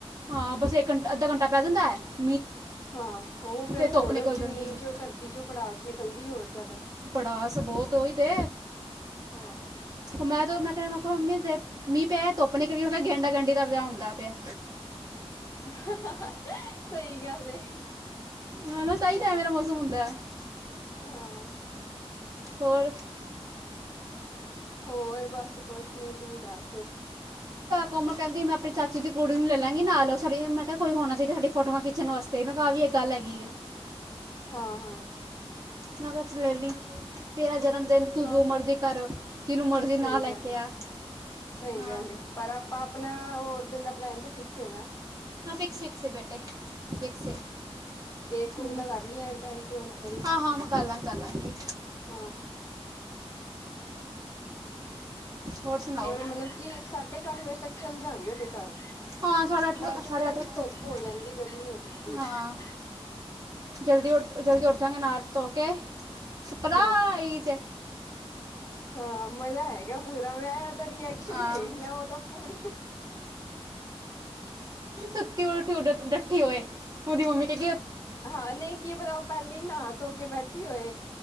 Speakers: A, on the right; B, on the left.
A: ਹਾਂ ਬਸ ਇੱਕ ਘੰਟਾ, ਅੱਧਾ ਘੰਟਾ <inaudible>
B: ਹਾਂ ਓ ਫੇਰ
A: ਫਿਰ
B: ਹੋਰ
A: ਧੁੱਪ ਨਿਕਲ
B: ਜ਼ਮੀਨ
A: ਜਾਂਦੀ ਹੈ
B: ਚੋਂ ਧਰਤੀ ਚੋਂ ਭੜਾਸ ਨਿਕਲਦੀ ਹੋਰ ਜ਼ਿਆਦਾ।
A: ਭੜਾਸ ਬੋਹਤ ਓ ਈ ਤੇ।
B: ਹਾਂ
A: ਮੈਂ ਤੇ, ਮੈਂ ਕ ਮ ਮੰਮੀ ਦੇ ਮੀ ਪੈ ਧੁੱਪ ਨਿਕਲੀ ਮੈ ਕਿਹਾ, ਗੈਡਾਂ-ਗੈਂਡੀ ਦਾ ਵਿਆਹ ਹੁੰਦਾ ਪਿਆ।
B: <inaudible> ਸਹੀ ਗੱਲ ਏ
A: ਹੈ ਨਾ ਤਾਂ ਹੀ
B: ਹਾਂ।
A: ਤਾਂ ਐਵੇਂ ਦਾ ਮੌਸਮ ਹੁੰਦਾ ਹੈ
B: ਹਾਂਅ
A: ਹੋਰ
B: ਹੋਰ ਬੱਸ ਕੁਸ ਨੀ ਤੂੰ ਦੱਸ।
A: ਕੌਮਲ ਕੈਂਦੀ ਮੈਂ ਆਪਣੀ ਚਾਚੇ ਦੀ ਕੁੜੀ ਨੂੰ ਲੈ ਲਾਂਗੀ ਨਾ ਸਾਡੀ। ਮੈਂ ਕਿਹਾ ਕੋਈ ਹੋਣਾ ਚਾਹੀਦਾ ਸਾਡੀ ਫੋਟੋਆਂ ਖਿੱਚਣ ਵਾਸਤੇ ਵੀ ਇਹ ਗੱਲ ਹੇਗੀ ਏ।
B: ਹਾਂ, ਹਾਂ
A: ਮਗਰ ਚ ਲੇਲੀ ਤੇਰਾ ਜਨਮ ਤੇ ਤੂੰ
B: ਹਾਂ।
A: ਜੋ ਮਰਜ਼ੀ ਕਰ, ਜਿਹਨੂੰ ਮਰਜ਼ੀ ਨਾ
B: ਸਹੀ
A: ਲੈ
B: ਗੱਲ
A: ਕੇ
B: ਏ
A: ਆ।
B: ਸਹੀ
A: ਹਾਂ
B: ਗੱਲ ਹੈ। ਪਰ ਆਪਾਂ ਆਪਨਾ ਓਦਨ ਦਾ ਪਲੈਨ ਤਾਂ ਫਿਕਸ ਏ ਨਾ।
A: ਹਾਂ ਫਿਕਸ, ਫਿਕਸ ਬੇਟੇ ਫਿਕਸ ਏ।
B: ਕੇਕ-ਕੂਕ
A: ਹਮ,
B: ਦਾ ਕਰ ਲਈ ਐਣ ਟਾਈਮ ਤੇ ਉਹ ਨਾ ਕਰੀ।
A: ਹਾਂ ਹਾਂ ਮੈਂ ਕਰ ਲਾਂਗੀ ਕਰ ਲਾਂਗੀ
B: ਹਾਂ
A: ਹੋਰ ਸੁਣਾਓ
B: ਰ ਮਤਲਬ ਕਿ ਸਾਢੇ ਕੁ ਅੱਠ ਵਜੇ ਤੱਕ ਚੱਲ ਜਾਗੇ ਉਹਦੇ ਘਰ।
A: ਹਾਂ ਸਾਢੇ ਅੱਠ
B: ਬਾਅਦ ਚ
A: ਸਾਢੇ
B: ਪਤਾ
A: ਅੱਠ
B: ਕੀ
A: ਤੱਕ
B: ਧੁੱਪ
A: ਚ-
B: ਹੋ ਜਾਂਦੀ ਗਰਮੀ ਹੋ ਜਾਂਦੀ ਐ।
A: ਹਾਂ ਜਲਦੀ ਉਠ, ਜਲਦੀ ਉੱਠ ਜਾ ਗੇ ਨਾਅ ਧੋ ਕੇ ਸਰਪਰਾਈਜ਼
B: ਹਾਂ। ਹਾਂ ਮਜ਼ਾ ਹੈਗਾ ਪੂਰਾ ਮੈਂ ਉਹਦਾ ਰੀਐਕਸ਼ਨ
A: ਹਾਂ
B: ਵੇਖ ਲੇਆ ਉਹਦਾ ਪੂਰੀ
A: ਸੁੱਤੀ- ਡੱਠੀ ਹੋਏ ਉਹਦੀ ਮੰਮੀ ਕਹਿ
B: ਹਾਂ ਨਹੀਂ ਕੀ ਪਤਾ ਉਹ ਪਾਲੇ ਈ ਨਹਾ ਧੋ ਕੇ ਬੈਠੀ ਹੋਏ।